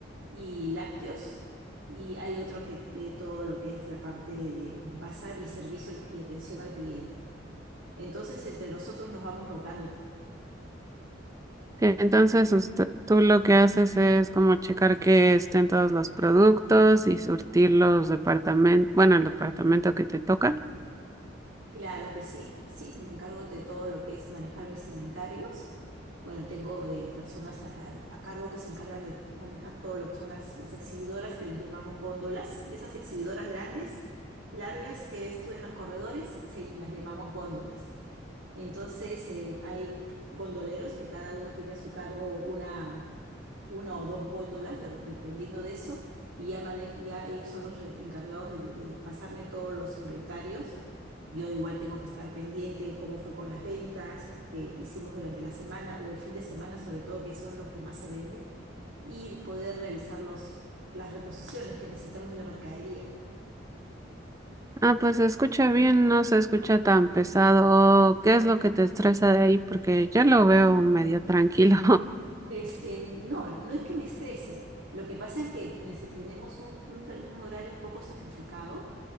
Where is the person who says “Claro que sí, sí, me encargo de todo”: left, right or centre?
Right